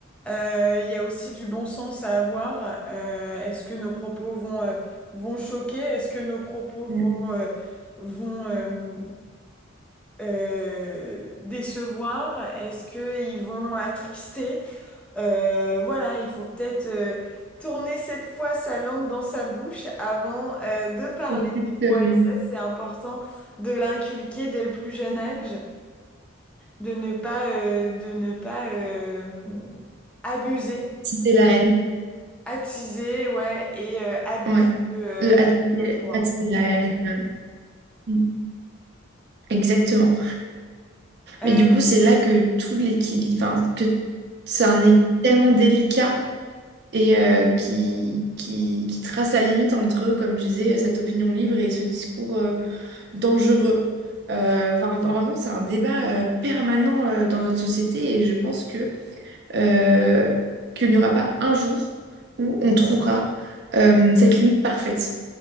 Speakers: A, in the centre; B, on the right.
A: Euh, Il y a aussi du bon sens à avoir. Euh, est-ce que nos propos vont, euh, vont choquer? Est-ce que nos propos vont,
B: mm,
A: euh, vont, euh, euh, décevoir? Est-ce qu'ils vont attrister? Euh, voilà, il faut peut-être euh, tourner cette fois sa langue dans sa bouche avant euh, de parler
B: exactement
A: des fois. Et ça, c'est important de l'inculquer dès le plus jeune âge, de ne pas, euh, de ne pas euh, abuser,
B: si c'est la haine.
A: attiser, ouais, et euh, abuser
B: Ouais.
A: de euh,
B: De attiser,
A: nos droits.
B: attiser la haine. euh, mm, Exactement.
A: Euh,
B: Mais du coup, c'est là que tout l'équilibre, enfin, que c'est un équilibre tellement délicat et euh, qui, qui, qui trace la limite entre, comme tu disais, cette opinion libre et ce discours euh, dangereux. Euh, enfin, en en fait, c'est un débat euh, permanent euh, dans notre société et je pense que euh, qu'il n'y aura pas un jour où on trouvera euh, cette limite parfaite